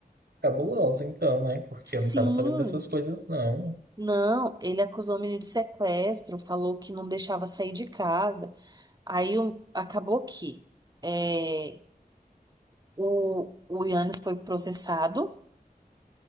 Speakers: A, on the right; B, on the right.
A: cabulosa então, né? Porque eu
B: Sim,
A: não tava sabendo dessas coisas, não.
B: não, ele acusou o menino de sequestro, falou que não deixava sair de casa. Aí o- acabou que é, o, o Yannis foi processado.